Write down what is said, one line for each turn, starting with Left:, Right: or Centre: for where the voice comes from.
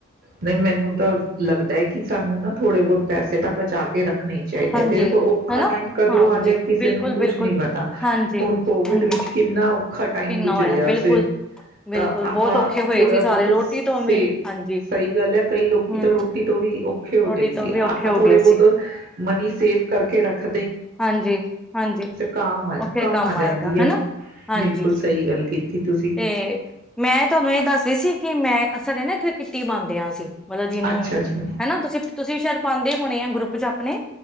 Right: ਨਹੀਂ ਮੈਨੂੰ ਤਾਂ ਲੱਗਦਾ ਕਿ ਸਾਨੂੰ ਨਾ ਥੋੜੇ ਬੋਤ ਪੈਸੇ ਤਾਂ ਬਚਾ ਕੇ ਰੱਖਣੇ ਹੀ ਚਾਹੀਦੇ
Centre: ਹਾਂਜੀ
Right: ਐ। ਦੇਖੋ, ਔਖਾ
Centre: ਹਨਾ
Right: ਟਾਈਮ ਕਦੋਂ
Centre: ਹਾਂਜੀ
Right: ਆ ਜੇ ਕਿਸੇ
Centre: ਬਿਲਕੁਲ
Right: ਨੂੰ ਕੁਛ
Centre: ਬਿਲਕੁਲ
Right: ਨੀ ਪਤਾ।
Centre: ਹਾਂਜੀ
Right: ਹੁਣ, ਕੋਵਿਡ
Centre: ਹਾਂਜੀ
Right: ਵਿੱਚ ਕਿੰਨਾ ਔਖਾ ਟਾਈਮ
Centre: ਕਿੰਨਾ
Right: ਗੁਜ਼ਰਿਆ
Centre: ਹੋਇਆ ਬਿਲਕੁਲ
Right: ਸੀ।
Centre: ਬਿਲਕੁਲ
Right: ਤਾਂ, ਆਪਾਂ
Centre: ਬਹੁਤ ਔਖੇ ਹੋਏ
Right: ਥੋੜਾ
Centre: ਸੀ ਸਾਰੇ
Right: ਬਹੁਤ
Centre: ਰੋਟੀ
Right: ਸੇ
Centre: ਤੋਂ ਵੀ ਹਾਂਜੀ
Right: ਸਹੀ ਗੱਲ ਐ। ਕਈ ਲੋਕੀ
Centre: ਹਮ
Right: ਤਾਂ, ਰੋਟੀ ਤੋਂ ਵੀ ਔਖੇ ਹੋਗ
Centre: ਰੋਟੀ ਤੋਂ
Right: ਸੀ
Centre: ਵੀ ਔਖੇ
Right: ਆਪਾਂ
Centre: ਹੋ
Right: ਥੋੜੇ
Centre: ਗਏ
Right: ਬੋਤ
Centre: ਸੀ
Right: ਮਨੀ ਸੇਵ ਕਰਕੇ ਰੱਖ
Centre: ਹਾਂਜੀ ਹਾਂਜੀ,
Right: ਕਾਮ ਆ
Centre: ਓਖੇ ਕੰਮ
Right: ਆ
Centre: ਆਏਗਾ
Right: ਜਾਂਦੀ
Centre: ਹੈਨਾ।
Right: ਹੈ
Centre: ਹਾਂਜੀ,
Right: ਬਿਲਕੁਲ ਸਹੀ ਗੱਲ ਕੀਤੀ ਤੁਸੀਂ
Centre: ਤੇ ਮੈਂ ਤੁਹਾਨੂੰ ਇਹ ਦੱਸਰੀ ਸੀ ਕਿ ਮੈਂ ਸਾਡੇ ਨਾ ਐਥੇ ਕਿੱਟੀ ਪਾਉਦੇ ਆਂ ਅਸੀਂ। ਮਤਲਬ ਜਿਹਨੂੰ
Right: ਅੱਛਾ ਅੱਛਾ
Centre: ਹੈਨਾ ਤੁਸੀਂ ਤੁਸੀਂ ਵੀ ਸ਼ਾਇਦ ਪਾਉਂਦੇ ਹੋਣੇ ਐ ਗਰੁੱਪ ਚ ਆਪਣੇ।